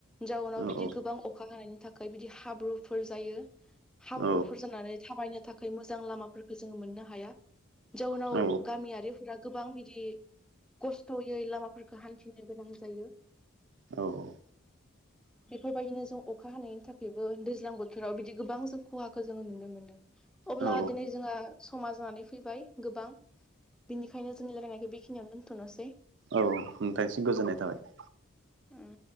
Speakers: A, in the centre; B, on the right (about 65°).
A: जाउनाव
B: औ
A: बिदि
B: औ
A: गोबां जानायनि थाखाय बिदि हाब्रुफोर जायो। हाब्रुफोर
B: औ
A: जानानै थाबायनो थाखाय थाखाय मोजां लामाफोरखौ जोङो मोननो हाया जउनाव
B: औ
A: गामियारि फोर गोबां बिदि खस्थ'यै लामाफोरखौ हान्थिनो गोनां जायो।
B: औ औ
A: बेफोरबायदिनो जों अखा हानायनि थाखायबो दैज्लां बोथोराव बिदि गोबां जों खहाखौ जोङो नुनो मोनदों। अब्ला
B: औ
A: दिनै जोंहा समा जानानै फैबाय गोबां बिनिखायनो जोंनि रायलायनायखौ बेखिनियावनो दोन्थ'नोसै
B: औ नोंथांनिसिम गोजोननाय थाबाय।
A: उम